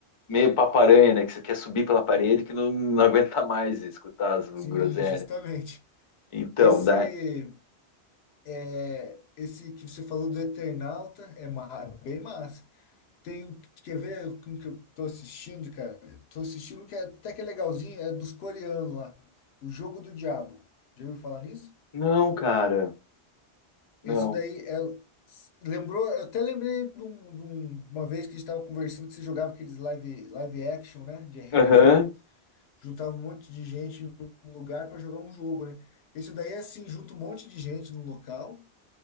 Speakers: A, on the left; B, on the left.
A: Meio paparanha, né? Que você quer subir pela parede que não, não <laughs> aguenta mais escutar as groselhas.
B: Sim, justamente.
A: Então,
B: Esse,
A: daí.
B: é, esse que você falou do Eternauta é ma- bem massa. Tem, um, quer ver como que eu tô assistindo, cara? Tô assistindo que é- até que é legalzinho, é dos coreanos lá. O Jogo do Diabo. Já ouviu falar nisso?
A: Não, cara. Não.
B: Isso daí é, lembrou, eu até lembrei de, um- de um- uma vez que a gente estava conversando que você jogava aqueles live, live action, né, de RPG,
A: Aham.
B: juntava um monte de gente em um lugar para jogar um jogo, né? Isso daí é assim, junta um monte de gente no local,